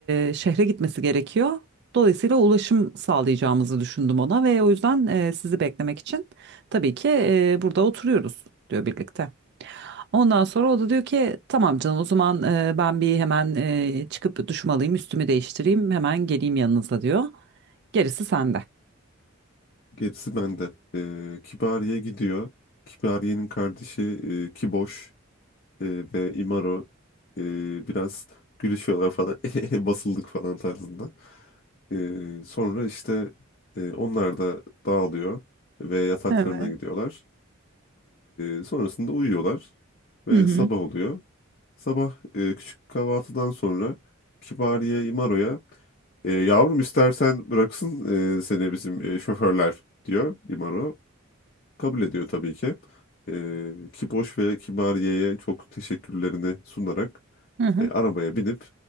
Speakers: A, on the right (about 55°); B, on the left (about 45°).
A: e, şehre gitmesi gerekiyor. Dolayısıyla ulaşım sağlayacağımızı düşündüm ona ve o yüzden e, sizi beklemek için tabii ki e, burada oturuyoruz diyor birlikte. Ondan sonra o da diyor ki tamam canım o zaman e, ben bir hemen e, çıkıp duşumu alayım üstümü değiştireyim hemen geleyim yanınıza diyor. Gerisi sende.
B: gerisi bende. Ee, Kibariye gidiyor. Kibariye'nin kardeşi e, Kiboş. e, ve Imaro e, biraz gülüşüyorlar falan <laughs> "Ehehe, basıldık falan tarzında. E, sonra işte e, onlar da dağılıyor ve yataklarına
A: Evet.
B: gidiyorlar. E, sonrasında uyuyorlar ve
A: Hı hı.
B: sabah oluyor. Sabah e, küçük kahvaltıdan sonra Kibariye Imaro'ya e, yavrum istersen bıraksın e, seni bizim e, şoförler diyor Imaro. Kabul ediyor tabii ki. E, Kiboş ve Kibariye'ye çok teşekkürlerini sunarak
A: Hı hı.
B: e, arabaya binip